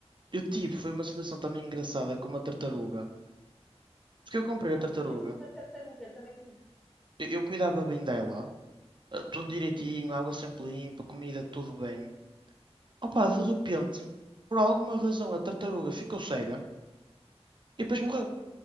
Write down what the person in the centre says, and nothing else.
Ah,
também tive uma tartaruga, também tive.
Ah,